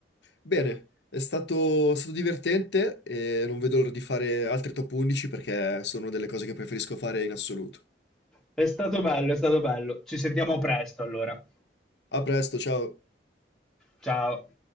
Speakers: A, on the left; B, in the centre.
A: Bene, è stato, è stato divertente e non vedo l'ora di fare altri top 11 perché sono delle cose che preferisco fare in assoluto.
B: È stato bello, è stato bello. Ci sentiamo presto allora.
A: A presto, ciao!
B: Ciao.